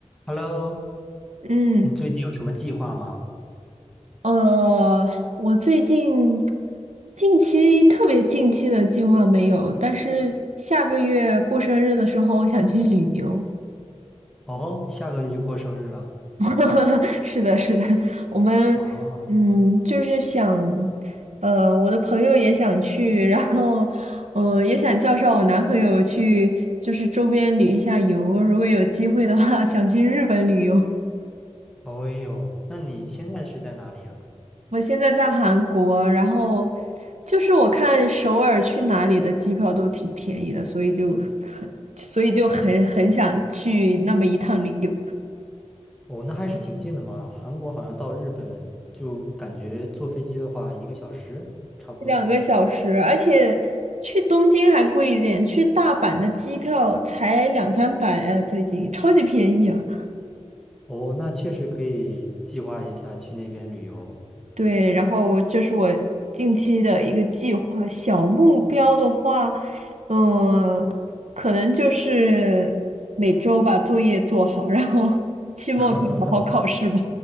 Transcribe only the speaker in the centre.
Hello，
你最近有什么计划吗？
哦，下个月就过生日了。
哦，
哦呦，那你现在是在哪里啊？
哦，那还是挺近的嘛。韩国好像到日本就感觉坐飞机的话，一个小时差不多。
哦，那确实可以计划一下去那边旅游。
<laughs>